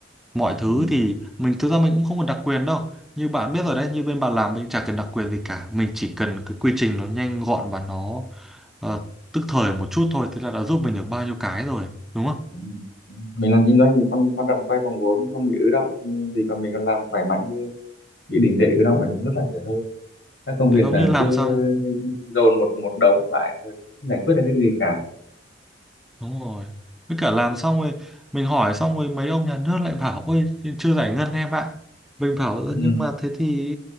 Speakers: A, in the centre; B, on the left.
A: mọi thứ
B: Ừ.
A: thì mình thực ra mình cũng không có đặc quyền đâu như bạn biết rồi đấy như bên bạn làm mình chả cần đặc quyền gì cả mình chỉ cần cái quy trình nó nhanh gọn và nó ờ, tức thời một chút thôi thế là đã giúp mình được bao nhiêu cái rồi đúng không
B: Đúng. Đúng. mình làm kinh doanh thì quan quan trọng quay vòng vốn không bị ứ động thì thì còn mình còn làm khỏe mạnh chứ bị đình trệ ứ động là cũng rất là dễ hơi các công
A: thế
B: việc
A: giống
B: là
A: như làm
B: cứ
A: xong
B: dồn một một đống lại rồi không giải quyết được cái gì cả
A: đúng rồi với cả làm xong rồi mình hỏi xong rồi mấy ông nhà nước lại bảo ôi chưa giải ngân em ạ mình bảo "Ơ,
B: ừ.
A: nhưng mà thế thì